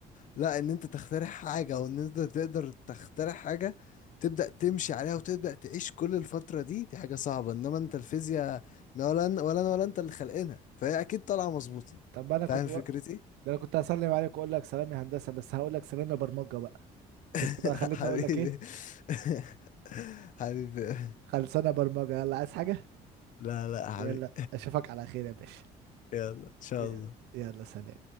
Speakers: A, on the left; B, on the right.
A: لا ان انت تخترع حاجة او ان انت تقدر تخترع حاجة تبدأ تمشي عليها وتبدأ تعيش كل الفترة دي دي حاجة صعبة انما انت الفيزياء لا ولا أنا- ولا انا ولا انت اللي خلقنا فهي اكيد طالعة مظبوطة
B: طب انا
A: فاهم
B: كنت و...
A: فكرتي
B: ده انا كنت هسلم عليك واقول لك سلام يا هندسه بس هقول لك سلام يا برمجه بقى شفت
A: <laughs>
B: بقى خلتني
A: حبيبي
B: اقول لك ايه
A: <laughs> حبيبي
B: خلصانه برمجه يلا عايز حاجه
A: لا لا حبيبي
B: يلا اشوفك على خير يا باشا
A: يلا ان شاء
B: يلا
A: الله
B: يلا سلام